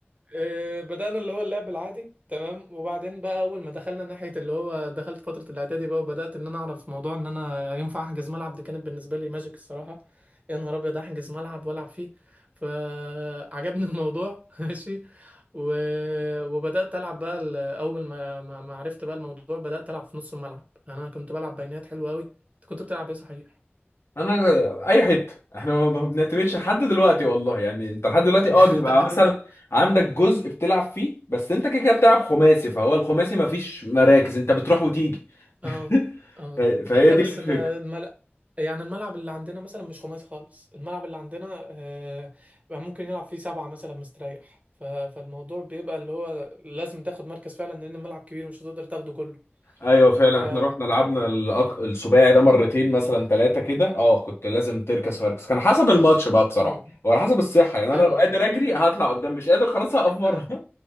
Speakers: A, on the right (about 35°); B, on the left (about 75°).
A: آه، بدأنا اللي هو اللعب العادي تمام وبعدين بقى أول ما دخلنا ناحية اللي هو دخلت فترة الإعدادي بقى وبدأت إن أنا أعرف موضوع إن أنا ينفع أحجز ملعب دي كانت بالنسبة لي ماجيك الصراحة يا نهار أبيض أحجز ملعب وألعب فيه فعجبني الموضوع <laughs> ماشي و... وبدأت ألعب بقى ال- أول ما ما ما عرفت بقى الموضوع بدأت ألعب في نص الملعب يعني أنا كنت بلعب بينات حلوة أوي أنت كنت بتلعب إيه صحيح؟
B: انا اي حته احنا ما ما بنعتمدش لحد دلوقتي والله يعني انت لحد دلوقتي
A: <laughs> يعني
B: اه بيبقى
A: أنت لحد
B: مثلا
A: دلوقتي
B: عندك جزء بتلعب فيه بس انت كده كده بتلعب خماسي فهو الخماسي ما فيش مراكز انت بتروح وتيجي <laughs>
A: اه اه
B: ف- فهي
A: لا
B: دي
A: بس
B: الفكره
A: ده الملأ يعني الملعب اللي عندنا مثلا مش خماسي خالص الملعب اللي عندنا آه بقى ممكن يلعب فيه سبعة مثلا مستريح ف... فالموضوع بيبقى اللي هو لازم تاخد مركز فعلا لأن الملعب كبير مش هتقدر تاخده كله
B: ايوه فعلا
A: ف
B: احنا رحنا لعبنا الأق... السباعي ده مرتين مثلا ثلاثه كده اه كنت لازم تركز مركز كان حسب الماتش بقى بصراحه
A: آه،
B: وعلى حسب الصحه يعني انا
A: ايوه
B: لو قادر اجري هطلع قدام مش قادر خلاص هقف
A: لا.
B: بره